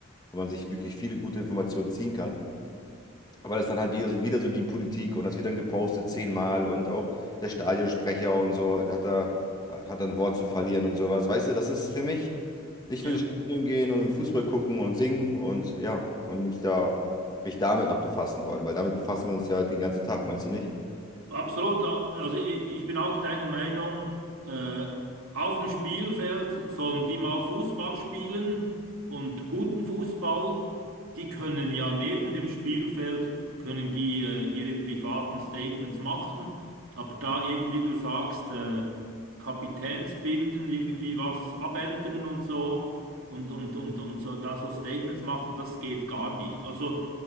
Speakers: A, on the left; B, on the right.
A: wo man sich wirklich viele gute Informationen ziehen kann. Aber das ist dann halt wieder so, wieder so die Politik und das wird dann gepostet zehnmal und auch der Stadionsprecher und so hat da, hat da ein Wort zu verlieren und sowas. Weißt du, das ist für mich, ich
B: Ja.
A: will ins Stadion gehen und im Fußball gucken und singen und ja, und mich da, mich damit noch befassen wollen, weil damit befassen wir uns ja den ganzen Tag, meinst du nicht?
B: Absolut, also ich ich bin auch deiner Meinung, äh, auf dem Spielfeld sollen die mal Fußball spielen und guten Fußball. Die können ja neben dem Spielfeld, können die äh, ihre privaten Statements machen, aber da eben, wie du sagst, äh, Kapitänsbinden, irgendwie was abändern und so und, und, und, und so, da so Statements machen, das geht gar nicht. Also